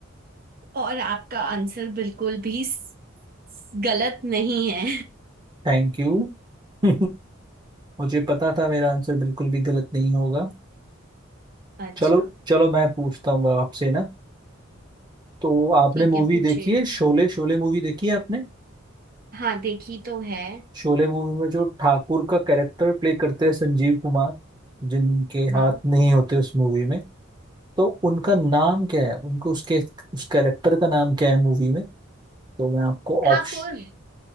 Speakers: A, on the right; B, on the right.
A: और आपका आंसर बिल्कुल भी स- गलत नहीं है
B: Thank you <laughs> मुझे पता था मेरा आंसर बिल्कुल भी गलत नहीं होगा
A: <laughs> अच्छा
B: चलो चलो मैं पूछता हूँ आपसे ना तो आपने
A: ठीक
B: मूवी
A: है पूछिए
B: देखी है शोले शोले मूवी देखी है आपने
A: हाँ देखी तो है
B: शोले मूवी में जो ठाकुर का कैरेक्टर प्ले करते हैं संजीव कुमार जिनके
A: हाँ
B: हाथ नहीं होते उस मूवी में तो उनका नाम क्या है उनको उसके उस कैरेक्टर का नाम क्या है मूवी में तो मैं आपको
A: ठाकुर
B: ऑप्शन